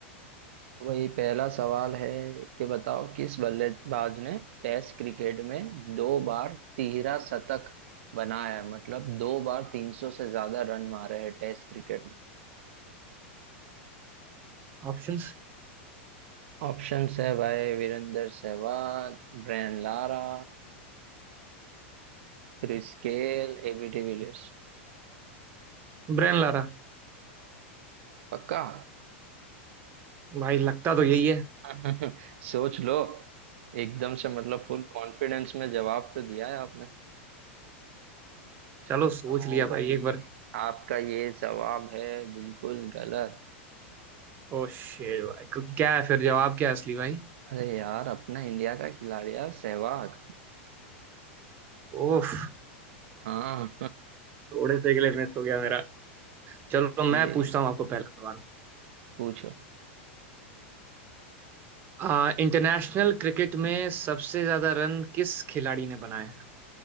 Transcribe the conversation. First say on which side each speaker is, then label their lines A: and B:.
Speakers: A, on the right (about 70°); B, on the right (about 30°).
A: तो भाई पहला सवाल है कि बताओ किस बल्लेबाज ने टेस्ट क्रिकेट में दो बार तिहरा शतक बनाया है मतलब दो बार तीन सौ से ज्यादा रन मारे हैं टेस्ट क्रिकेट
B: ऑप्शंस
A: ऑप्शंस है भाई Virender Sehwag Brian Lara Chris Gayle AB de Villiers
B: ब्रेन ला रहा
A: पक्का
B: भाई लगता तो यही है
A: <laughs> सोच लो एकदम से मतलब फुल कॉन्फिडेंस में जवाब तो दिया है आपने
B: चलो सोच
A: तो
B: लिया
A: भाई
B: भाई एक बार
A: आपका ये जवाब है बिल्कुल गलत
B: ओ शेर भाई क- क्या है फिर जवाब क्या है असली भाई
A: अरे यार अपना इंडिया का खिलाड़ी यार सहवाग
B: ओह
A: हाँ
B: थोड़े से के लिए मिस हो गया मेरा चलो
A: <laughs> ये
B: मैं पूछता हूँ आपको पहला सवाल
A: पूछो
B: आ, इंटरनेशनल क्रिकेट में सबसे ज्यादा रन किस खिलाड़ी ने बनाए हैं